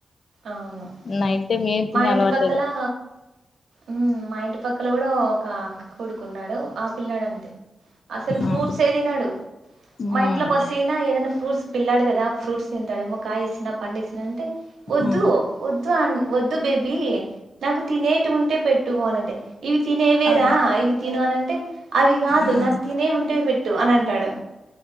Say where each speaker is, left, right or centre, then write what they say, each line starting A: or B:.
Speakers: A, on the right; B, on the left.
A: అవును
B: నైట్ టైం ఏం తినే
A: మా ఇంటి
B: అలవాట్లేదు
A: పక్కలా ఉమ్మ్ మా ఇంటి పక్కల కూడా ఒక కొడుకున్నాడు ఆపిల్లాడు అంతే అసలు ఫ్రూట్స్
B: ఆ
A: ఏ తినడు
B: ఉమ్
A: మా ఇంట్లోకి ఒస్తే ఏదైనా ఫ్రూట్స్ పిల్లాడు కదా ఫ్రూట్స్ తింటాడేమో కాయ్ ఇచ్చిన పండేసిన అంటే వద్దు
B: ఉమ్
A: వద్దు అన్ వద్దు బేబీ నాకు తినేటివి ఉంటే పెట్టు అనది ఇవి తినేవేరా
B: ఆ
A: ఇవి తిను అనంటే అవి కాదు
B: ఉమ్
A: నాకు తినేవి ఉంటేవి పెట్టు అని అంటాడు